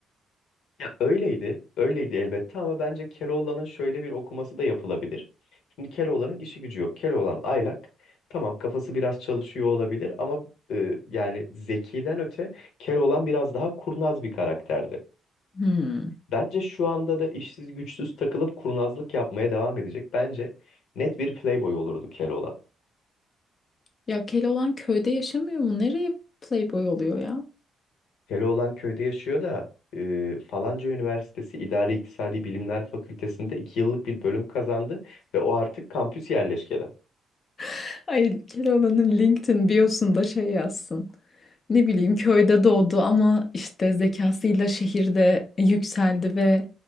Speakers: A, on the left (about 75°); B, on the left (about 40°).
A: Ya öyleydi, öyleydi elbette ama bence Keloğlan'ın şöyle bir okuması da yapılabilir. Şimdi Keloğlan'ın işi gücü yok. Keloğlan aylak. Tamam kafası biraz çalışıyor olabilir ama e, yani zekiden öte Keloğlan biraz daha kurnaz bir karakterdi.
B: Hmm.
A: Bence şu anda da işsiz güçsüz takılıp kurnazlık yapmaya devam edecek. Bence net bir playboy olurdu Keloğlan.
B: Ya Keloğlan köyde yaşamıyor mu? Nereye playboy oluyor ya?
A: Keloğlan köyde yaşıyor da e, falanca üniversitesi İdari İktisadi Bilimler Fakültesi'nde iki yıllık bir bölüm kazandı ve o artık kampüs yerleşkede.
B: <laughs> Ay Keloğlan'ın LinkedIn biosunda şey yazsın. ne bileyim köyde doğdu ama işte zekasıyla şehirde yükseldi ve